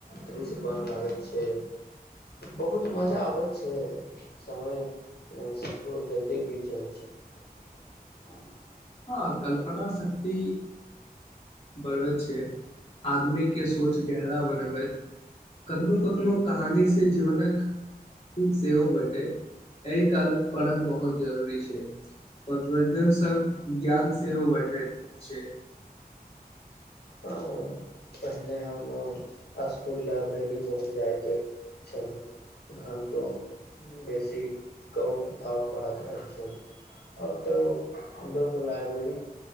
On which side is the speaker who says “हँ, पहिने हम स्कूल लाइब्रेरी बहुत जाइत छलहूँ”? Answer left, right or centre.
Left